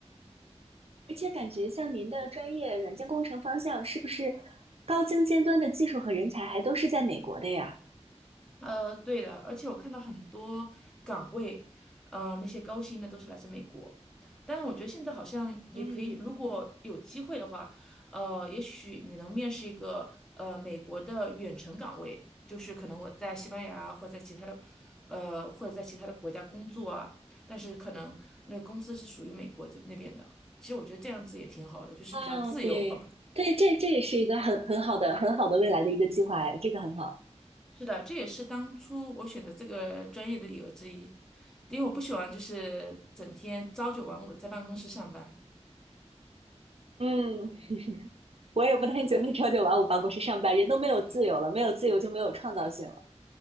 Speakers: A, on the right; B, in the centre.
A: 而且感觉像您的专业软件工程方向，是不是高精尖端的技术和人才还都是在美国的呀？
B: 呃，对的，而且我看到很多岗位，呃，那些高薪的都是来自美国。但是我觉得现在好像也可以，
A: 嗯，
B: 如果有机会的话，呃，也许你能面试一个呃美国的远程岗位，就是可能我在西班牙或者在其他的，呃，或者在其他的国家工作啊，但是可能那个公司是属于美国这那边的。其实我觉得这样子也挺好的，就是比较自由，
A: 啊，对对，
B: 而不
A: 这这也是一个很很好的、很好的未来的一个计划哎，这个很好。
B: 是的，这也是当初我选择这个专业的理由之一，因为我不喜欢就是整天朝九晚五地在办公室上班。
A: 嗯，我也不太喜欢朝九晚五办公室上班，人都没有自由了，没有自由就没有创造性了。